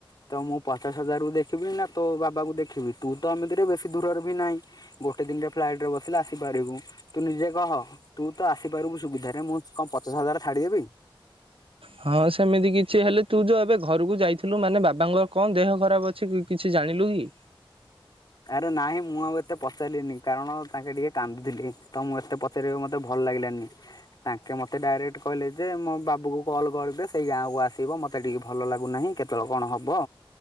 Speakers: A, on the left; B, on the right.
A: ତ ମୁଁ ପଚାଶ ହଜାର କୁ ଦେଖିବି ନା ତୋ ବାବା କୁ ଦେଖିବି ତୁ ତ ଏମିତିରେ ବେଶୀ ଦୂରରେ ବି ନାହିଁ। ଗୋଟେ ଦିନରେ ଫ୍ଲାଇଟ ରେ ବସିଲେ ଆସିପାରିବୁ ତୁ ନିଜେ କହ। ତୁ ତ ଆସିପାରିବୁ ସୁବିଧାରେ ମୁଁ କ ପଚାଶ ହଜାର ଛାଡ଼ିଦେବି।
B: ହଁ ସେମିତି କିଛି ହେଲେ ତୁ ଯୋଉ ଏବେ ଘରକୁ ଯାଇ ଥିଲୁ ମାନେ ବାବାଙ୍କର କଣ ଦେହ ଖରାପ ଅଛି କିଛି ଜାଣିଲୁ କି?
A: ଆରେ ନାଇଁ ମୁଁ ଆଉ ଏତେ ପଚାରିଲିନି କାରଣ ତାଙ୍କେ ଟିକେ କାନ୍ଦୁଥିଲି ତ ମୁଁ ଏତେ ପାରି ରିବାକୁ ମତେ ଭଲ ଲାଗିଲାନି। ତାଙ୍କେ ମୋତେ ଡାଇରେକ୍ଟ କହିଲେ ଯେ ମୋ ବାବୁ କଲ୍ କରିବେ ସେଇ ଗାଁକୁ ଆସିବ ମୋତେ ଟିକେ ଭଲ ଲାଗୁନାହିଁ କେତ ଳ କଣ ହବ